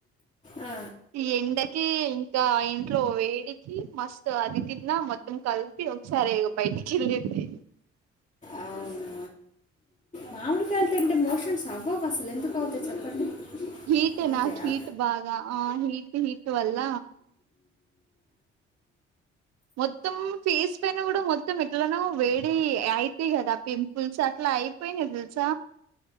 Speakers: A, on the left (about 20°); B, on the right (about 50°).
A: ఆ,
B: ఈ ఎండకి ఇంకా ఇంట్లో వేడికి మస్తు అది కింద మొత్తం కలిపి ఒకసారే ఇగ బయటికెళ్ళింది
A: అవునా మామిడికాయలు తింటే మోషన్స్ అవ్వవు అసలు ఎందుకు అవుతాయి చెప్పండి
B: హీట్
A: అవుతాయా
B: నాకు హీట్ బాగా ఆ హీట్ హీట్ అల్ల మొత్తం ఫేస్ పైన కూడా మొత్తం ఎట్లనో వేడి అయితే కదా పింపుల్స్ అట్లా అయిపోయినాయి తెల్స